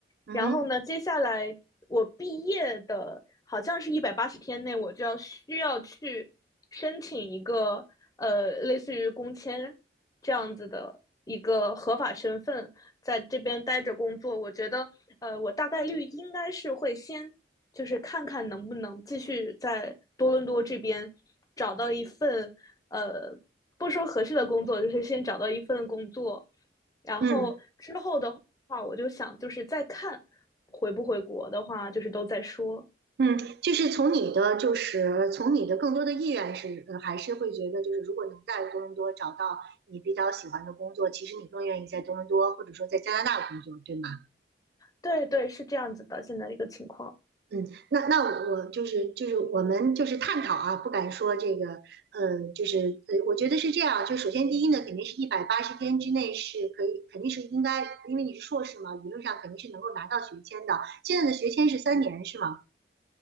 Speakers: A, on the right (about 55°); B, on the left (about 20°).
A: 嗯哼，
B: 然后呢，接下来我毕业的，好像是一百八十天内，我就要需要去申请一个，呃，类似于工签这样子的一个合法身份，在这边待着工作。我觉得，呃，我大概率应该是会先。就是看看能不能继续在多伦多这边找到一份，呃，不说合适的工作，就是先找到一份工作，然后之后的话，
A: 嗯
B: 我就想就是再看回不回国的话，就是都在说。
A: 嗯，就是从你的，就是从你的更多的意愿是，呃还是会觉得，就是如果能在多伦多找到你比较喜欢的工作，其实你更愿意在多伦多或者说在加拿大工作，对吗？
B: 对对，是这样子的，现在的一个情况。
A: 嗯，那那我就是就是我们就是探讨啊，不敢说这个，呃，就是呃，我觉得是这样，就首先第一呢，肯定是一百八十天之内是可以，肯定是应该，因为你是硕士嘛，理论上肯定是能够拿到学签的。现在的学签是三年是吗？